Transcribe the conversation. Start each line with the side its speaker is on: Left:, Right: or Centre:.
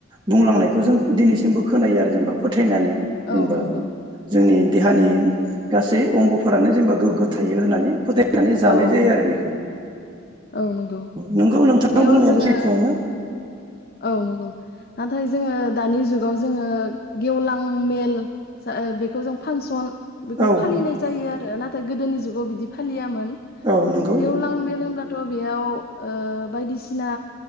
Right: बुंलांनायखौ जों दिनैसिमबो खोनायो आरो जेनेबा। थैनानै जेनेबा
Left: औ नंगौ
Right: जोंनि। देहानि गा अंगफोरानो जेनेबा गोगो थायो होननानै फोथाय। नानै जानाय
Left: औ
Right: जायो
Left: नंगौ
Right: आरो बेखौ।
Left: औ नोंगौ
Right: नोंगौ नोंथां
Left: बेयाव
Right: बुंनायाबो
Left: जोङो
Right: सैथोआनो
Left: औ नोंगौ। नाथाय जोङो दानि जुगाव जोङो गेवलां मेल बेखौ जों फांसन। बेखौ
Right: औ
Left: फालिनाय जायो आरो नाथाय गोदोनि जुगाव बिदि। फालियामोन।
Right: औ नंगौ
Left: गेवलां मेल होमब्ला। थ' बेयाव ओ बायदिसिना